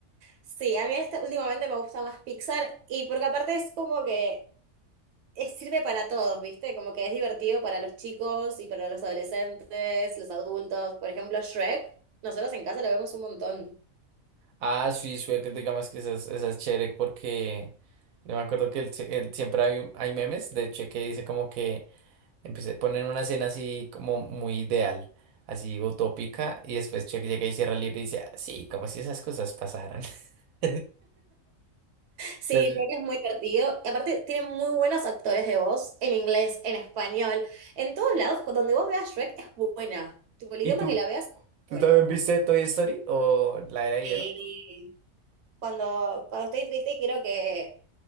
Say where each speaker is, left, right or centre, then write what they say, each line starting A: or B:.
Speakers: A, on the right (about 55°); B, on the right (about 80°).
A: Sí, a mí este, últimamente me gusta más Pixar y porque aparte es como que es- sirve para todos, ¿viste? Como que es divertido para los chicos y para los adolescentes, los adultos. Por ejemplo, Shrek, nosotros en casa lo vemos un montón.
B: Ah, sí, sí, que digamos que esa es, esa es chévere porque yo me acuerdo que el- el- siempre hay, hay memes, de hecho, que dice como que. Empecé, ponen una escena así como muy ideal, así utópica, y después Chuck llega y cierra el libro y dice, "Ah, sí, como si esas cosas pasaran. <laughs>
A: Sí,
B: Entonces,
A: Shrek es muy divertido y aparte tiene muy buenos actores de voz en inglés, en español, en todos lados, donde vos veas Shrek es buena. Tipo, el
B: ¿y
A: idioma
B: tú?
A: que la veas es
B: ¿Tú
A: buena.
B: también viste Toy Story o La Era de
A: Sí.
B: Hielo?
A: Cuando, cuando estoy triste quiero que,